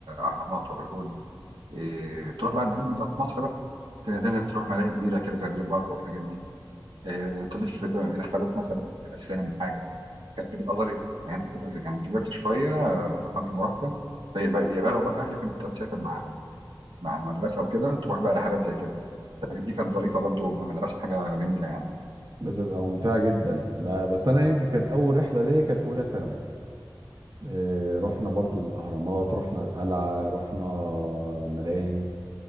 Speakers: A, on the right; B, on the right.
A: اهرامات وابو الهول إيه... تروح بقى المعالم بتاعت مصر بقى تنزل تروح ملاهي كبيره كده زي دريم بارك والحاجات دي إيه... تضيف يدخلوك مثلا سينما حاجه كانت بتبقى ظريفه يعني انت بتبقى يعني كبرت شويه آه، مرحله المراهقه فيبقى يبقى لو بقى اهلك انت تسافر مع مع المدرسه وكده تروح بقى رحلات زي كده فدي كانت ظريفه برضو من المدرسه حاجه جميله يعني
B: بتبقى ممتعة جدا ب- بس أنا يمكن كانت أول رحلة ليا كانت في أولى ثانوي إيه، رحنا برضو الأهرامات رحنا القلعة رحنا ملاهي